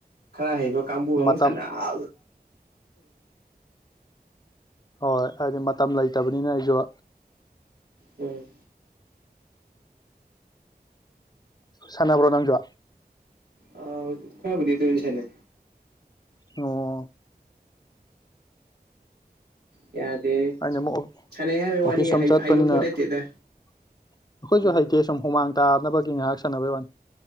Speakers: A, on the right (about 85°); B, on the left (about 25°).
A: ꯈꯔ ꯍꯩꯕꯣ ꯀꯥꯡꯕꯨꯒꯕꯨ
B: ꯃꯇꯝ
A: ꯁꯥꯟꯅ ꯑ
B: ꯍꯣꯏ ꯍꯥꯏꯗꯤ ꯃꯇꯝ ꯂꯩꯇꯕꯅꯤꯅ ꯑꯩꯁꯨ
A: ꯎꯝ
B: ꯁꯥꯟꯕ꯭ꯔꯣ ꯅꯪꯖꯨ
A: ꯑ ꯈꯣꯏꯕꯨꯗꯤ ꯇꯣꯏꯅꯥ ꯁꯅꯦ
B: ꯑꯣ
A: ꯌꯥꯗꯦ
B: ꯑꯩꯅ ꯑꯃꯨꯛ
A: ꯁꯥꯟꯅꯩ ꯍꯥꯏꯕꯩ
B: ꯑꯣꯐꯤꯁ
A: ꯋꯥꯅꯤ
B: ꯑꯃ ꯆꯠꯄꯅꯤꯅ
A: ꯍꯩꯕ ꯄꯣꯠ ꯅꯠꯇꯦꯗ
B: ꯑꯩꯈꯣꯏꯁꯨ
A: ꯎꯝ
B: ꯍꯩꯇꯦ ꯁꯨꯝ ꯍꯨꯃꯥꯡ ꯇꯥꯅꯕꯒꯤ ꯉꯥꯏꯍꯥꯛ ꯁꯥꯟꯅꯕꯩ ꯋꯥꯅꯤ